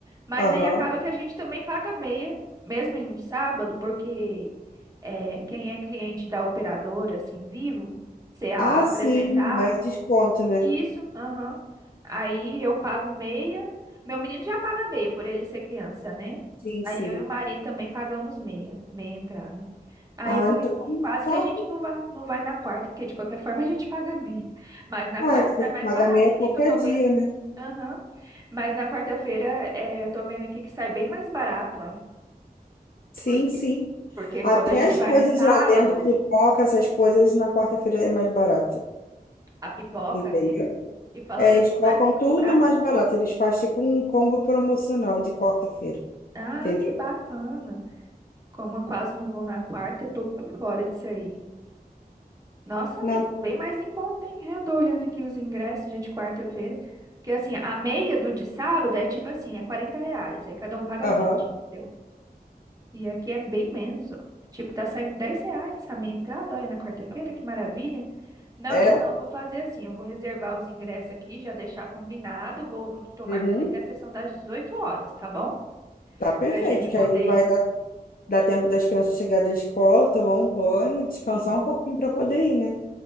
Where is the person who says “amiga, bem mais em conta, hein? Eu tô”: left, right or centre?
Right